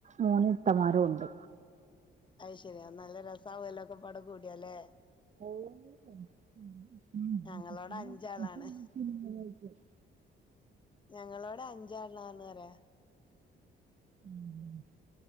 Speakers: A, on the right; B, on the left.
A: മൂന്ന് ഇത്തമാരും ഉണ്ട്.
B: അയ് ശരി അത് നല്ല രസാവുല്ലോ. ഒക്കെപ്പാടെ കൂടിയാലേ
A: ഓ <inaudible> <unintelligible>
B: ഞങ്ങളോടെ അഞ്ചാളാണ് ഞങ്ങളിവിടെ അഞ്ചാളാന്ന് പറയ.
A: <inaudible>